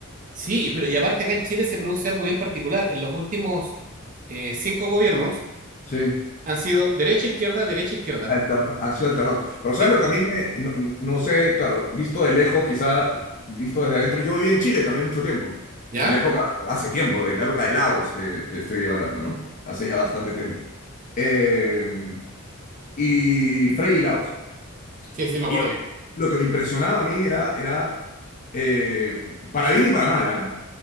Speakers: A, on the right; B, on the left.
A: Sí, pero y aparte acá en Chile se produce algo bien particular. En los últimos eh, cinco gobiernos
B: Sí.
A: han sido derecha, izquierda, derecha, izquierda.
B: Alterna- han sido alternados. Pero ¿sabes
A: Sí,
B: lo que a mí me... No, no sé, claro, visto de lejos, quizá visto desde adentro. Yo viví en Chile también mucho tiempo.
A: ¿ya?
B: En la época, hace tiempo, en la época de Lagos, te, te estoy hablando, ¿no? Hace ya bastante tiempo. Eh, y Frei y Lagos.
A: Sí, sí,
B: Y,
A: me acuerdo.
B: y a mí lo que me impresionaba a mí era, era eh, para bien y para mal, ¿ah?